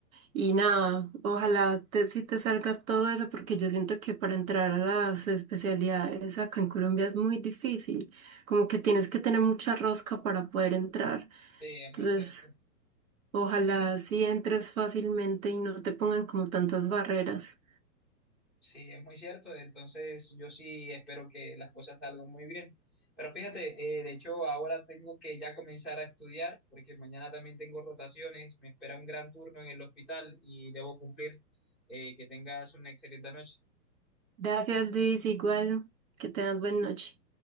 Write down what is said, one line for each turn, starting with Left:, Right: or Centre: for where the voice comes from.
Right: Y nada, ojalá te, sí te salga todo eso, porque yo siento que para entrar a las especialidades acá en Colombia es muy difícil, como que tienes que tener mucha rosca para poder entrar.
Centre: Sí, es
Right: Entonces,
Centre: muy cierto.
Right: ojalá sí entres fácilmente y no te pongan como tantas barreras.
Centre: Sí, es muy cierto. Entonces, yo sí espero que las cosas salgan muy bien. Pero fíjate, eh, de hecho, ahora tengo que ya comenzar a estudiar porque mañana también tengo rotaciones. Me espera un gran turno en el hospital y debo cumplir. Eh, que tengas una excelente noche.
Right: Gracias, Luis, igual, que tengas buena noche.